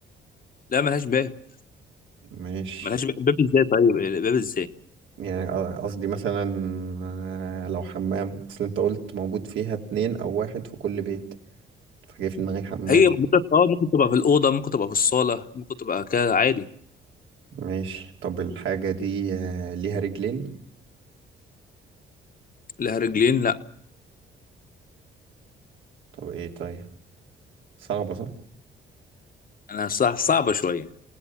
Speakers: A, on the left; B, on the right.
A: لا ملهاش باب
B: ماشي
A: ملهاش باب باب ازاي طيب باب ازاي
B: يعني أ- قصدي مثلا آه، لو حمام أصل أنت قلت موجود فيها اتنين أو واحد في كل بيت فجاي في دماغي حمام
A: هي موجودة في- اه ممكن تبقى في الأوضة ممكن تبقى في الصالة ممكن تبقى كده عادي
B: ماشي طب الحاجة دي آه، ليها رجلين
A: لها رجلين لا
B: طب ايه طيب صعبة صح
A: أنا صح صعبة شوية